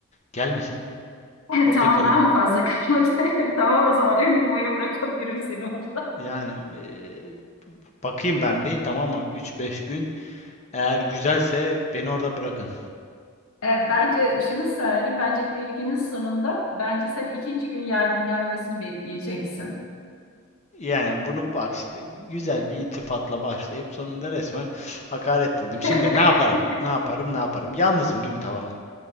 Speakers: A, on the left (about 30°); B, on the left (about 70°).
A: Gelmesin.
B: <laughs>
A: Orada
B: Tamam
A: kalayım.
B: daha mı fazla kaçmak? <laughs> Tamam o zaman ömür boyu bırakabilirim seni orada.
A: Yani e, bakayım ben bir tamam mı? üç beş gün. Eğer güzelse beni orada bırakın.
B: E, Bence şunu söyleyeyim, bence bir günün sonunda bence sen ikinci gün yardım gelmesini bekleyeceksin.
A: Yani bunu bak işte güzel bir iltifatla başlayıp sonunda resmen hakaret dedim. Şimdi
B: <laughs>
A: ne yaparım? Ne yaparım? Ne yaparım? Yalnızım değil mi tamamen?